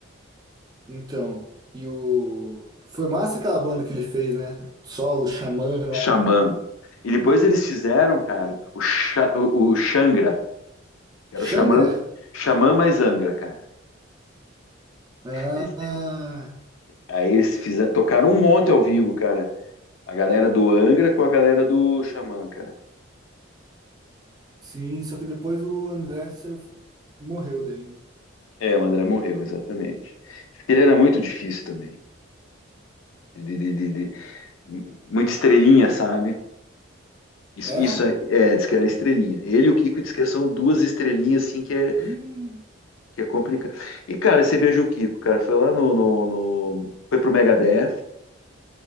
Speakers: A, on the right; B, on the left.
A: Então, e o. Foi massa aquela banda que ele fez, né? Solo, Xamã lá.
B: Xamã.
A: né?
B: E depois eles fizeram, cara, o, Xa- o, o Xangra. Era o
A: Xangra?
B: Xamã, Xamã mais Angra, cara.
A: Ah,
B: Eles, Aí eles fizeram, tocaram um monte ao vivo, cara. A galera do Angra com a galera do Xamã, cara.
A: sim, só que depois o André saiu, morreu daí. né?
B: É, o André morreu, exatamente. Porque Ele era muito difícil também. De, de- de- de- de- muita estrelinha, sabe? Isso,
A: É?
B: isso é, é, diz que era estrelinha. Ele e o Kiko diz que são duas estrelinhas, assim, que é,
A: Ih,
B: que é complicado. E, cara, você veja o Kiko, cara, foi lá no, no, no- foi pro Megadeth